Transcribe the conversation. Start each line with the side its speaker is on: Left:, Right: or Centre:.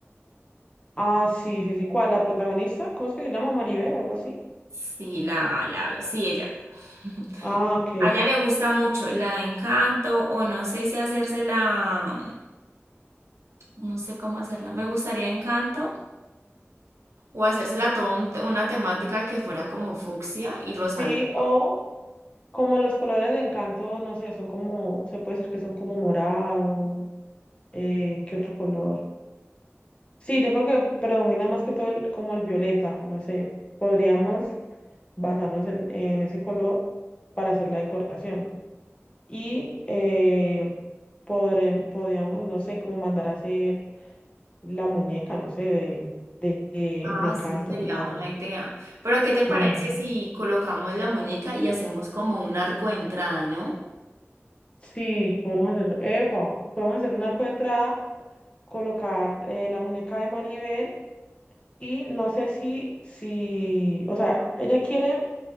Left: Ah, sí, sí, sí. ¿Cuál? ¿La protagonista? ¿Cómo es que se llama? Maribel, algo así.
Right: Sí, la, la, sí, ella. <laughs>
Left: Ah, ok.
Right: A ella le gusta mucho la de Encanto o no sé si hacérsela, no sé cómo hacerla. Me gustaría Encanto o hacérsela toda un- una temática que fuera como fucsia y rosadito.
Left: Sí, o como los colores de Encanto, no sé, son como, se puede decir que son como morados Eh, ¿qué otro color? Sí, yo creo que predomina más que todo el- como el violeta, no sé, podríamos basarnos en, en ese color para hacer la decoración. Y eh, podré- podríamos, no sé, como mandar a hacer la muñeca, no sé, de, de, de,
Right: Ah,
Left: de Encanto.
Right: sí, sería
Left: La,
Right: una idea. Pero ¿qué te
Left: ajá.
Right: parece si colocamos la muñeca y hacemos como un arco de entrada, ¿no?
Left: Sí, podemos hacer, epa, podemos hacer un arco de entrada, colocar eh, la muñeca de Maribel y no sé si, si, o sea, ella quiere